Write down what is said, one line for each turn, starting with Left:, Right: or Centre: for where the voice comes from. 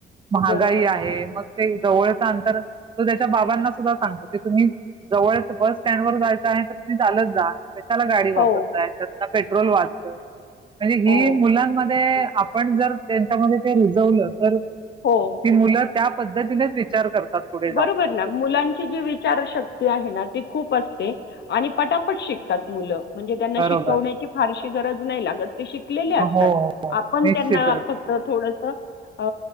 Right: महागाई
Left: बरोबर
Right: आहे हे मग ते जवळचा अंतर तो त्याच्या बाबांना सुद्धा सांगतो की तुम्ही ही जवळच च बस स्टँड वर जायचा आहे नाही तर तुम्ही चालत जा कशाला गाडी वापर
Left: हो
Right: आता पेट्रोल वाचत आणि हे
Left: हो
Right: मुलांमध्ये. आपण जर त्यांच्यामध्ये ते रुजवलं तर
Left: हो
Right: ती मुलं त्या पद्धतीनेच विचार करतात. पुढे जाऊन.
Left: बरोबर ना मुलांची जी विचारशक्ती आहे, ना ती खूप. पटते आणि पटापट शिकतात मुल म्हणजे त्यांना
Right: बरोबर.
Left: शिकवण्याची फारशी गरज नाही लागत. ती शिकलेले असतात
Right: हो, हो, हो.
Left: आपण
Right: निश्चितच.
Left: त्यांना फक्त थोडस स अ